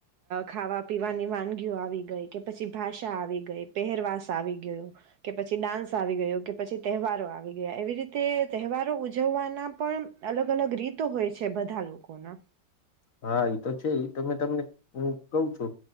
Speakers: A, on the right; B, on the left.
A: ખાવા પીવાની વાનગીઓ આવી ગઈ, કે પછી ભાષા આવી ગઈ, પહેરવાસ આવી ગય, કે પછી ડાન્સ આવી ગયું, કે પછી તહેવારો આવી ગયા, એવી રીતે તહેવારો ઉજવવાના પણ અલગ અલગ રીતો હોય છે. છે બધા લોકોના
B: હા, એતો છે તમે તમને હું કહું છું